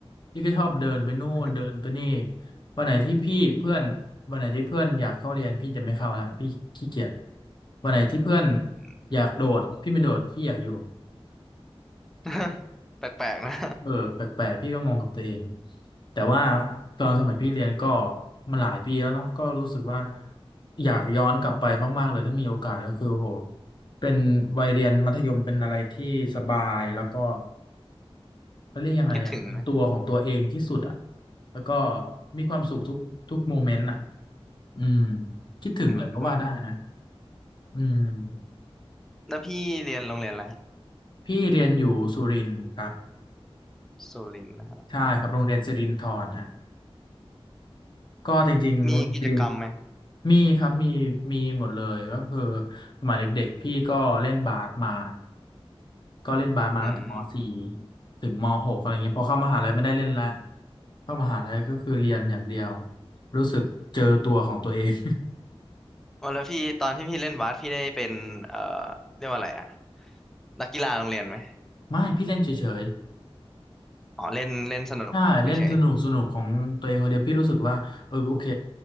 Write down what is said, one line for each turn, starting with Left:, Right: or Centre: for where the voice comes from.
Left: พี่ก็ชอบเดินไปนู่นเดินไปนี่
Centre: <laughs>
Left: วันไหนที่พี่เพื่อนวันไหนที่เพื่อนอยากเข้าเรียนพี่จะไม่เข้าละพี่ขี้เกียจวันไหนที่เพื่อน
Centre: อืม
Left: อยากโดดพี่ไม่โดดพี่อยากอยู่
Centre: <laughs> แปลกๆนะ
Left: เออแปลกๆพี่ก็งงกับตัวเองแต่ว่าตอนสมัยพี่เรียนก็มันหลายปีแล้วเนาะก็รู้สึกว่าอยากย้อนกลับไปมากๆเลยถ้ามีโอกาสก็คือโอ้โหเป็นวัยเรียนมัธยมเป็นอะไรที่สบายแล้วก็เขาเรียกยังไงอ่ะเป็นตัวของตัวเองที่สุดอ่ะ
Centre: <laughs> คิดถึงนะ
Left: แล้วก็มีความสุขทุกทุกโมเมนต์อ่ะอืมคิดถึงเลยเพราะว่าได้นะ
Centre: อืม
Left: อืม
Centre: แล้วพี่เรียนโรงเรียนอะไรฮะ
Left: พี่เรียนอยู่สุรินทร์ครับ
Centre: สุรินทร์นะฮะอ๋อ
Left: ใช่ครับโรงเรียนสิรินธรฮะก็จริงๆโรงเรียนสิริน
Centre: มีกิจกรรมไหม
Left: มีครับมีมีหมดเลยก็คือสมัยเด็กๆพี่ก็เล่นบาสมาก็เล่นบาสมาตั้งแต่ม
Centre: อืม
Left: .4 ถึงม .6 อะไรเงี้ยพอเข้ามหาลัยไม่ได้เล่นละเข้ามหาลัยก็คือเรียนอย่างเดียวรู้สึกเจอตัวของตัวเอง
Centre: อ๋อแล้วพี่ตอนที่พี่เล่นบาสพี่ได้เป็นเอ่อเรียกว่าอะไรอะนักกีฬาโรงเรียนไหม
Left: <laughs> ไม่พี่เล่นเฉย
Centre: อ๋อเล่นเล่นสนุกเฉย
Left: ใช่เล่นสนุกสนุกของตัวเองคนเดียวพี่รู้สึกว่าเออโอเค